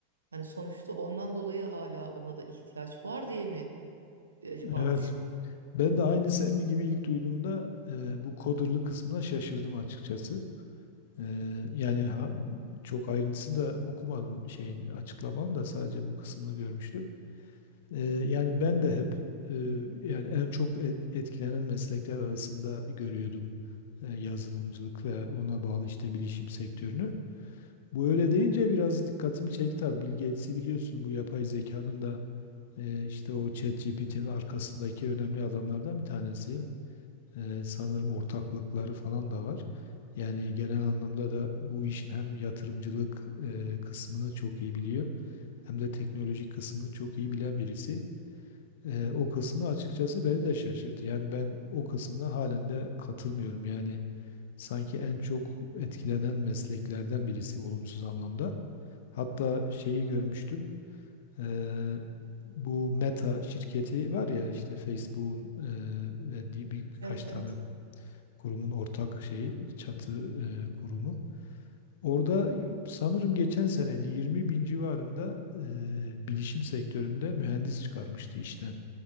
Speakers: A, on the right; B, on the left.
A: Hani sonuçta ondan dolayı hala ona da ihtiyaç var diye mi e, acaba
B: Evet.
A: düşün.
B: Ben de aynı senin gibi ilk duyduğumda e, bu coder'lı kısmına şaşırdım açıkçası. E, yani ha- çok ayrıntısını da okumadım şeyin açıklamanın da sadece bu kısmını görmüştüm. Ee, yani ben de hep e, yani en çok et- etkilenen meslekler arasında görüyordum e, yazılımcılık ve ona bağlı işte bilişim sektörünü. Bu öyle deyince biraz dikkatimi çekti tabii. Bill Gates'i biliyorsun bu yapay zekanın da e, işte o ChatGPT'nin arkasındaki önemli adamlardan bir tanesi. E, sanırım ortaklıkları falan da var. Yani genel anlamda da bu işin hem yatırımcılık e, kısmını çok iyi biliyor hem de teknolojik kısmını çok iyi bilen birisi. Eee, o kısmı açıkçası beni de şaşırttı. Yani ben o kısmına halen de katılmıyorum. Yani sanki en çok etkilenen mesleklerden birisi olumsuz anlamda. Hatta şeyi görmüştüm. Eee, bu Meta şirketi var ya işte Facebook'un eee, ve di- bir, birkaç
A: Evet
B: tane
A: evet.
B: kurumun ortak şeyi çatı eee, kurumu. Orada sanırım geçen seneydi 20 bin civarında eee, bilişim sektöründe mühendis çıkarmıştı işten.